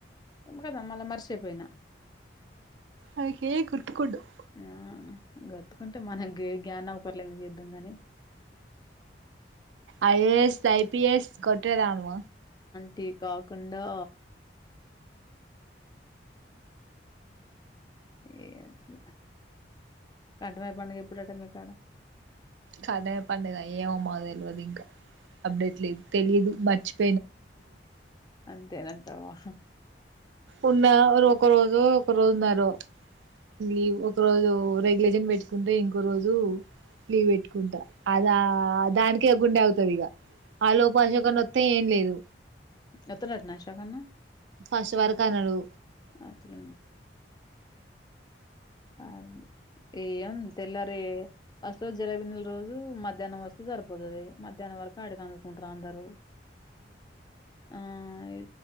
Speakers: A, on the left; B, on the right.
A: కదా మళ్ళా మర్చేపోయినా
B: నాకేం గుర్తుకుండవ్
A: ఆ గతుకుంటే మనకు గ గ్ఞనావ కలి లేదడి అంగనే
B: ఆఐఏఎస్ ఆఐపిఎస్ కొట్ ఏదానువ
A: టీ కాకుండా ఏ అట్లా కంటమై పండుగ ఎప్పుడట్ట మీ కా ఆడ
B: కాదే పండగ ఏమమ్మ తెలియదు ఇంకా అప్డేట్ లేదు తెలిదు మర్చిపో
A: అంతేనంటావా
B: ఉన్న ఒక రోజు ఒక రోజు ఉన్నారుార లీవ్ ఒక రోజు రెగ్యులేషన్ పెట్టుకుంటే ఇంకో రోజు లీవ్ పెట్టుకుంటా అద ఆ దానికి గుండె అవుతుంది ఇక ఆ లోపాషక నొత్తం ఏం లేదు
A: ఎత్ర అట్నాశాకన్న
B: ఫస్ట్ వరకు అన్నాడు
A: అట్కనా ఆ ఏ ఏం తెల్లర వస్తు రోజు జలబి నల రోజు మధ్యాహ్నం వస్తస్తు జరుబపోతు అ మధహ్న వరకు కాడికి అందుకుంటారు అందరూ ఆ ఇ